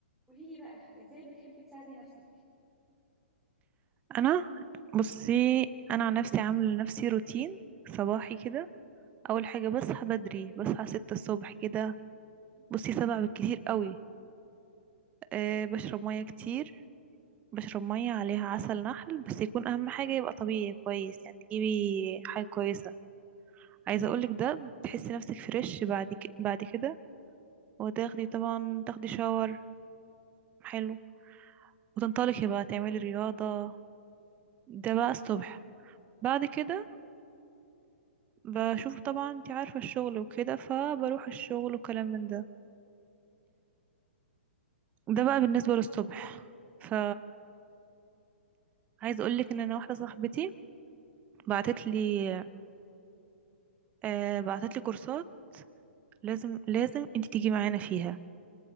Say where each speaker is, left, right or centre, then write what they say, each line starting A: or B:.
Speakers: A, in the centre; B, on the right.
A: قولي لي بقى ازاي بتحبي تساعدي نفسك
B: انا بصي انا عن نفسي عامله لنفسي روتين صباحي كده اول حاجه بصحى بدري بصحى ستة الصبح كده بصي سبعة بالكتير قوي أه بشرب ميه كتير بشرب ميه عليها عسل نحل بس يكون اهم حاجه يبقى طبيعي كويس يعني تجيبي حاجه كويسه عايزه اقولك ده بتحسي نفسك فريش بعد ك... بعد كده وتاخدي طبعا تاخدي شاور حلو وتنطلقي بقى تعملي رياضه ده بقى الصبح بعد كده بشوف طبعا انت عارفة الشغل وكده فبروح الشغل وكلام من ده ده بقى بالنسبة للصبح ف عايز اقولك ان انا واحدة صاحبتي بعتت لي آه بعتت لي كورسات لازم لازم انت تيجي معانا فيها